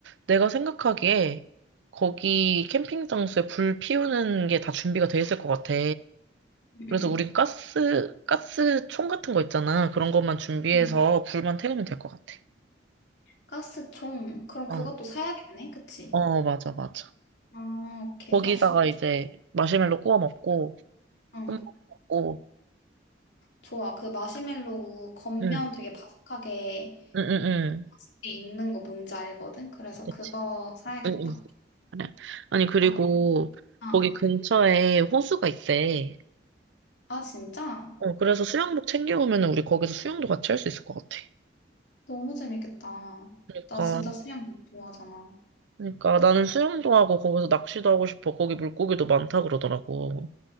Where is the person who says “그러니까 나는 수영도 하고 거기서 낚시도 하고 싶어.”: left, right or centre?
Right